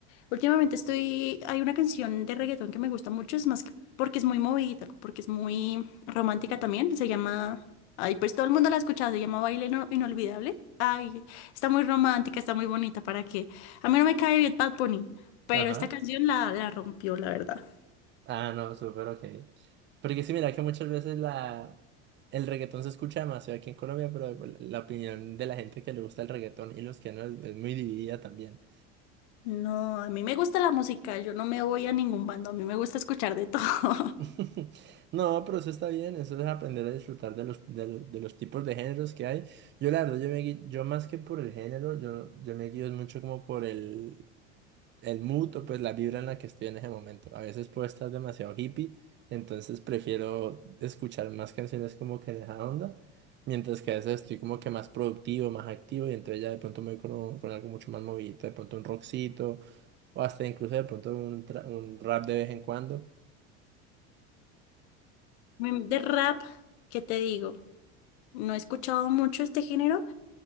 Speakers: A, on the left; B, on the right.
A: Últimamente estoy, hay una canción de reggaetón que me gusta mucho, es más que porque es muy movida, porque es muy romántica también, se llama, ay, pues todo el mundo la ha escuchado, se llama Baile Ino- Inolvidable. Ay, está muy romántica, está muy bonita, ¿para qué? A mí no me cae bien Bad Bunny, pero
B: Ajá.
A: esta canción la, la rompió, la verdad.
B: Ah, no, súper ok. Porque sí, mira que muchas veces la, el reggaetón se escucha demasiado aquí en Colombia, pero la opinión de la gente que le gusta el reggaetón y los que no es, es muy dividida también.
A: No, a mí me gusta la música, yo no me voy a ningún bando, a mí me gusta escuchar de todo. <laughs>
B: <laughs> No, pero eso está bien, eso es aprender a disfrutar de los, de, lo- de los tipos de géneros que hay. Yo la verdad, yo, me, gui- yo más que por el género, yo, yo me guío mucho como por el, el mood o pues la vibra en la que estoy en ese momento. A veces puedo estar demasiado hippie, entonces prefiero escuchar más canciones como que en esa onda, mientras que a veces estoy como que más productivo, más activo y entonces ya de pronto me voy con, un- con algo mucho más movidito, de pronto un rockcito o hasta incluso de pronto un, tra- un rap de vez en cuando.
A: De rap, ¿qué te digo? No he escuchado mucho este género,